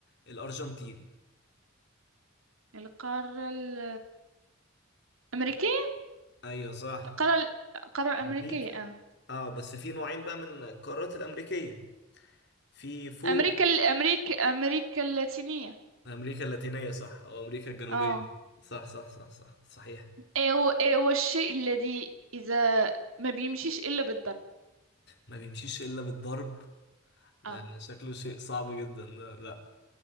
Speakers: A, on the left; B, on the right.
A: الارجنتين
B: القارة ال- الأمريكية
A: ايوه صح
B: القارة ال- القارة الأمريكية
A: امريكا
B: اه
A: اه بس في نوعين بقى من القارات الامريكيه في فوق
B: أمريكا الأمريكا أمريكا اللاتينية
A: امريكا اللاتينيه صح او امريكا الجنوبيه
B: اه
A: صح صح صح صح صحيح
B: ايوا ايوا الشيء الذي إذا ما بيمشيش إلا بالضرب
A: ما بيمشيش الا بالضرب ده
B: اه
A: شكله شيء صعب جدا ده لا